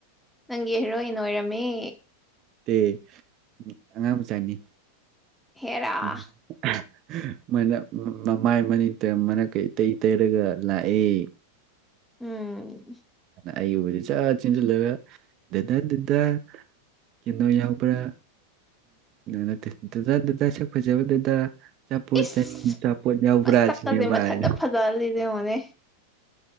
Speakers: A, in the centre; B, on the right (about 35°).
A: ꯅꯪꯒꯤ ꯍꯦꯔꯣꯏꯟ ꯑꯣꯏꯔꯝꯃꯤ
B: ꯑꯦ ꯑꯉꯥꯡ ꯃꯆꯥꯅꯤ
A: ꯍꯦꯔꯥ
B: <unintelligible> ꯃꯅꯞ ꯃꯃꯥꯏ ꯃꯃꯤꯠꯇ ꯃꯅꯞ ꯀꯥꯡ ꯢꯇꯩ ꯇꯩꯔꯒ ꯂꯥꯛꯑꯦ
A: ꯎꯝ
B: ꯑꯩ ꯎꯕꯗꯤ ꯁꯠ ꯆꯦꯟꯁꯤꯜꯂꯒ ꯗꯥꯗꯥ ꯗꯥꯗꯥ ꯀꯩꯅꯣ ꯌꯥꯎꯕ꯭ꯔꯥ ꯅꯠꯇꯦ ꯗꯥ ꯗꯥ ꯁꯛ ꯐꯖꯕ ꯗꯥ ꯗꯥ ꯆꯄꯣꯠ
A: ꯏꯁ
B: ꯆꯅꯤ ꯆꯄꯣꯠ ꯌꯥꯎꯕ꯭ꯔꯥꯥꯁꯤꯅꯦ
A: ꯃꯁꯛꯀꯁꯦ
B: ꯃꯥꯥꯅ
A: ꯃꯊꯟꯇ
B: ꯍꯥꯢꯅꯤ
A: ꯐꯖꯍꯜꯂꯤꯁꯦ ꯌꯦꯡꯉꯣꯅꯦ